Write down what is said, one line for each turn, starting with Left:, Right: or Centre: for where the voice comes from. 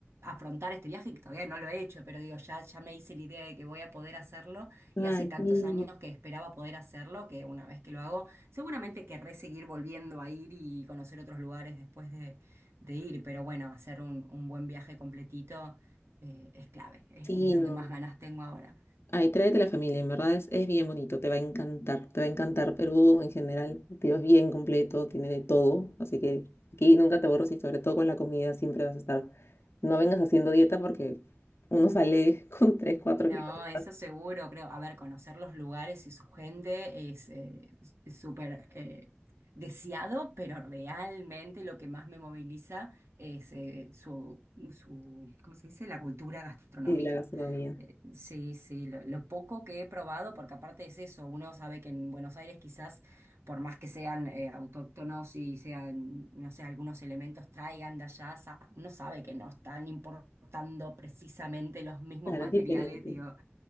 Right: afrontar este viaje, que todavía no lo he hecho, pero digo, ya, ya me hice la idea de que voy a poder hacerlo
Left: Ay,
Right: y hace tantos
Left: sí,
Right: años que esperaba poder hacerlo, que una vez que lo hago, seguramente querré seguir volviendo a ir y conocer otros lugares después de, de ir, pero bueno, hacer un, un buen viaje completito eh, es clave, es
Left: sí,
Right: es lo
Left: no.
Right: que más ganas tengo ahora.
Left: Ay, tráete la familia, en verdad es, es bien bonito, te va a encantar, te va a encantar. Perú en general, tío, es bien completo, tiene de todo, así que aquí nunca te borras y sobre todo con la comida siempre vas a estar. No vengas haciendo dieta porque uno sale <laughs> con 3 4
Right: No,
Left: kilos de
Right: eso
Left: más
Right: seguro, creo. A ver, conocer los lugares y su gente es eh, es súper eh, deseado, pero realmente lo que más me moviliza es eh, su, su, ¿cómo se dice? La cultura gastronómica.
Left: y la gastronomía.
Right: Eh, sí, sí, lo, lo poco que he probado, porque aparte es eso, uno sabe que en Buenos Aires quizás, por más que sean eh, autóctonos y sean, no sé, algunos elementos traigan de allá, sa- uno sabe que no es tan importante adaptando precisamente los mismos
Left: Claro,
Right: materiales,
Left: es diferente.
Right: digo,